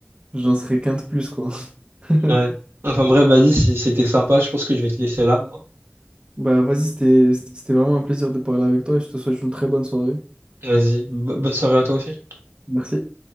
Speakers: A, on the right; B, on the right.
A: j'en serai qu'un de plus, quoi. <laughs>
B: Ouais. Enfin bref, vas-y, c- c'était sympa, je pense que je vais te laisser là, moi.
A: Bah, vas-y, c'était c'était c'était vraiment un plaisir de parler avec toi et je te souhaite une très bonne soirée.
B: Vas-y, bo- bonne soirée à toi aussi.
A: Merci.